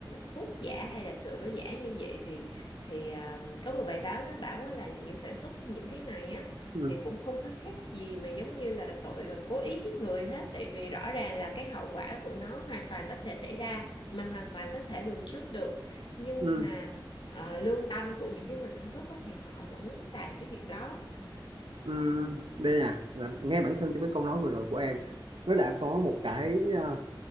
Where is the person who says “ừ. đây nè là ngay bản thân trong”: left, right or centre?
Right